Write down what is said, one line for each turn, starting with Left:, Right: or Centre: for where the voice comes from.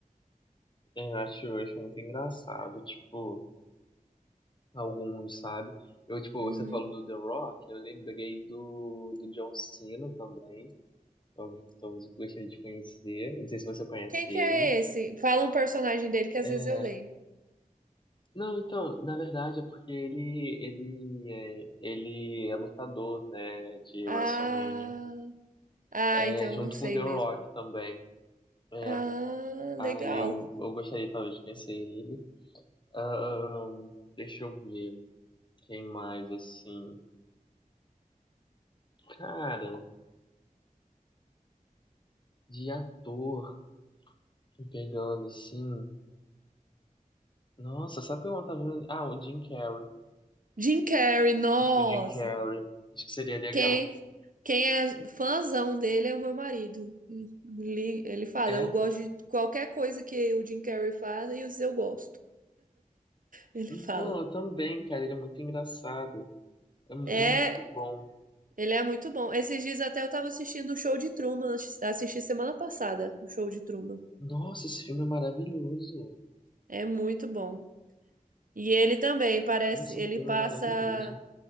Left: é, eu acho, eu acho muito engraçado, tipo, alguns, sabe? Eu, tipo,
Right: Uhum.
Left: você falou do The Rock, eu lembrei do, do John Cena também, é alguém que talvez eu gostaria de conhecer, não sei se você conhece
Right: Quem que
Left: ele.
Right: é esse? Fala um personagem dele que
Left: É,
Right: às vezes eu lembro.
Left: Não, então, na verdade é porque ele, ele, é, ele é lutador, né, de
Right: Ah,
Left: WrestleMania,
Right: ah,
Left: é,
Right: então
Left: junto
Right: eu não sei
Left: com The
Right: mesmo.
Left: Rock também. É,
Right: Ah, legal.
Left: aí eu, eu gostaria talvez de conhecer ele. Ahn, deixa eu ver, quem mais assim? Cara, de ator, pegando assim. Nossa, sabe o que eu não tava vendo? Ah, o Jim Carrey.
Right: Jim Carrey, nossa.
Left: Acho que o Jim Carrey. Acho que seria legal.
Right: Quem, quem é fãzão dele é o meu marido. Ele, ele fala,
Left: É?
Right: eu gosto de qualquer coisa que o Jim Carrey faz e eu gosto. Ele
Left: Então,
Right: fala.
Left: eu também, cara, ele é muito engraçado. É mu-
Right: É,
Left: Ele é muito bom.
Right: Ele é muito bom. Esses dias até eu tava assistindo o show de Truman, assisti assisti semana passada, o show de Truman.
Left: Nossa, esse filme é maravilhoso.
Right: É muito bom. E ele também parece,
Left: Esse
Right: ele
Left: filme
Right: passa,
Left: é maravilhoso.